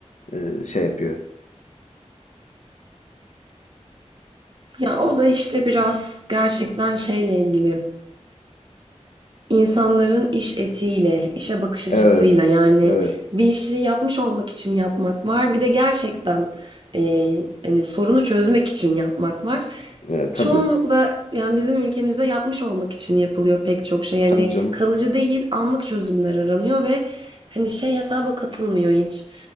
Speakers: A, on the left; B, on the right.
A: eee, şey yapıyor.
B: Ya o da işte biraz gerçekten şeyle ilgili. İnsanların iş etiğiyle, işe bakış açısıyla
A: Evet,
B: yani
A: evet,
B: bir işi yapmış olmak için yapmak var. Bir de gerçekten eee, hani sorunu çözmek için yapmak var.
A: evet,
B: Çoğunlukla
A: tabii,
B: yani bizim ülkemizde yapmış olmak için yapılıyor pek çok şey. Yani
A: tabii canım.
B: kalıcı değil, anlık çözümler aranıyor ve hani şey hesaba katılmıyor hiç.